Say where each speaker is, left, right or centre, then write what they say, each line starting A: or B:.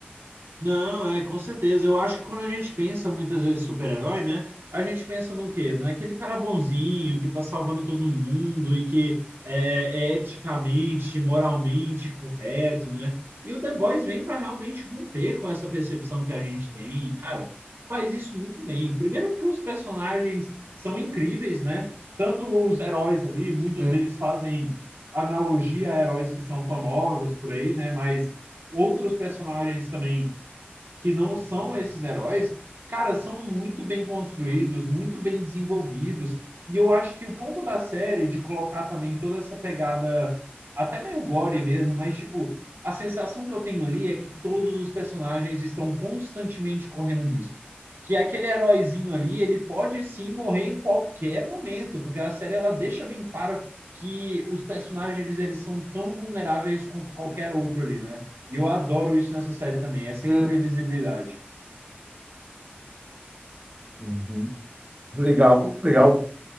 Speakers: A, on the right; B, on the right.
A: Não, é, com certeza. Eu acho que quando a gente pensa muitas vezes em super-herói, né? A gente pensa no quê? Naquele cara bonzinho que tá salvando todo mundo e que é, é eticamente, moralmente correto, né? E o The Boys vem para realmente romper com essa percepção que a gente tem. E, cara, faz isso muito bem. Primeiro porque os personagens são incríveis, né? Tanto os heróis ali, muitos
B: Hum,
A: deles fazem analogia a heróis que são famosos por aí, né? Mas outros personagens também que não são esses heróis, cara, são muito bem construídos, muito bem desenvolvidos. E eu acho que o ponto da série de colocar também toda essa pegada, até meio gore mesmo, mas tipo, a sensação que eu tenho ali é que todos os personagens estão constantemente correndo risco. Que aquele heróizinho ali, ele pode sim morrer em qualquer momento, porque a série ela deixa bem claro que os personagens eles são tão vulneráveis quanto qualquer outro ali, né? E eu adoro isso nessa série também, essa
B: hum.
A: imprevisibilidade.
B: Uhum. Legal, legal.